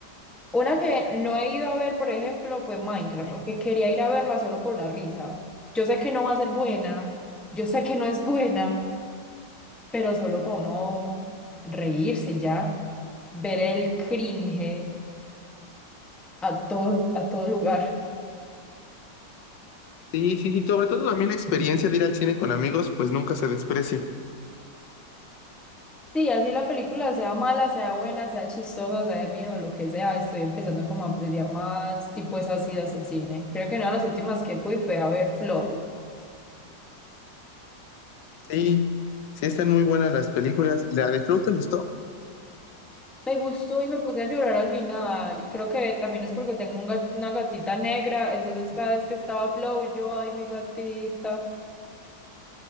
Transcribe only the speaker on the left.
Sí.
Sí, sí, sí. Sobre todo también la experiencia
de ir al cine con amigos, pues nunca se desprecia.
Sí, sí están muy buenas las películas. ¿La de Flow te gustó?